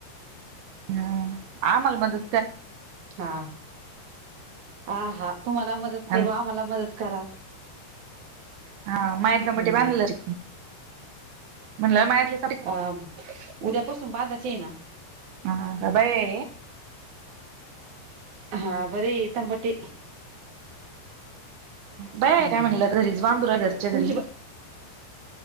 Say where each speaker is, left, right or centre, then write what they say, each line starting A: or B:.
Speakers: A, on the right; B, on the right.
A: हम्म आम्हाला मदद
B: हा. आ हा तुम्हाला मदत
A: आणि
B: करू आम्हाला मदत करा.
A: हा मायटला मुठी
B: हम्म
A: बांधलं म्हणलं मायरले
B: अ उद्यापासून बधाच ये ना.
A: हा हा का बाय?
B: हा बरी तांपटी
A: बया
B: हम्म
A: आहे काय म्हणाला घरीच बांधुरा घरच्या घरी.
B: तुमची ब